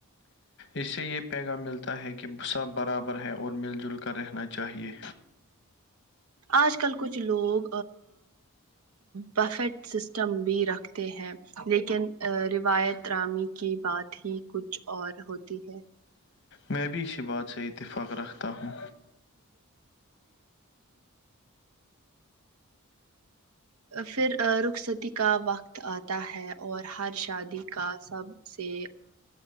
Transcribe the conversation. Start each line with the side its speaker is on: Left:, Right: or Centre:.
Left: اس سے یہ پیغام ملتا ہے کہ سب برابر ہے اور مل جل کر رہنا چاہیے
Right: آج کل کچھ لوگ بفیٹ سسٹم بھی رکھتے ہیں لیکن ا روایت رامی کی بات ہی کچھ اور ہوتی ہے
Left: میں بھی اسی بات سے اتفاق رکھتا ہوں
Right: پھر رخصتی کا وقت آتا ہے اور ہر شادی کا سب سے